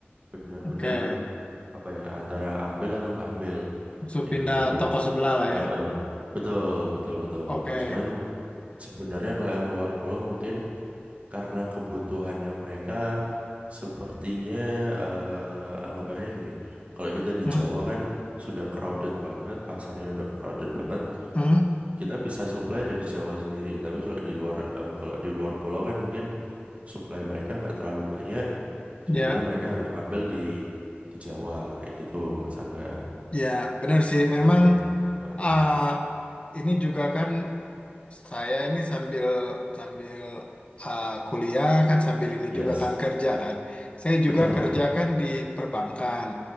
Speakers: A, on the right (about 35°); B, on the left (about 30°).
A: benar-benar
B: Oke.
A: apa ya antara ambil atau nggak ambil
B: Langsung
A: kayak
B: pindah
A: gitu.
B: toko sebelah lah
A: Heeh.
B: ya.
A: Betul, betul, betul.
B: Oke.
A: Cuman Sebenarnya kalau yang luar pulau mungkin karena kebutuhannya mereka sepertinya eh, anggapannya gini. Kalau kita di
B: Hmm,
A: Jawa kan sudah crowded banget, pasarnya udah crowded banget.
B: hmm,
A: Kita bisa supply dari Jawa sendiri. Tapi kalau di luar eh, kalau di luar pulau kan mungkin supply mereka nggak terlalu banyak.
B: Ya.
A: Jadinya mereka harus ambil di di Jawa kayak gitu, Mas Angga.
B: Ya, benar sih. Memang
A: Heeh, heeh.
B: ah, ini juga kan Saya ini sambil sambil uh, kuliah kan sambil ini
A: Yes,
B: juga kan kerja kan. Saya
A: betul
B: juga kerja
A: betul.
B: kan di perbankan.